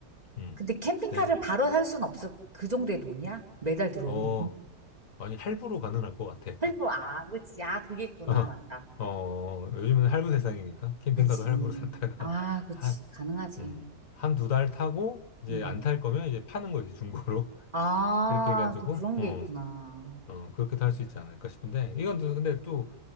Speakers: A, on the left; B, on the right.
A: 음,
B: 근데 캠핑카를
A: 내가,
B: 바로 살 순 없어. 그 정도의 돈이야? 매달 들어오는.
A: 어, 아니, 할부로 가능할 것 같아.
B: 헬보, 아, 그치. 아, 그게 있구나.
A: <laughs> 어,
B: 맞다.
A: 어, 요즘은 할부 세상이니까 캠핑카도
B: 그치.
A: 할부로 샀다가
B: 아,
A: <laughs>
B: 그치.
A: 한,
B: 가능하지.
A: 음, 한 두 달 타고 이제
B: 응.
A: 안 탈 거면 이제 파는 거지, 중고로. <laughs>
B: 아,
A: 그렇게 해가지고,
B: 또 그런
A: 어,
B: 게 있구나.
A: 어, 그렇게도 할 수 있지 않을까 싶은데, 이건 또 근데 또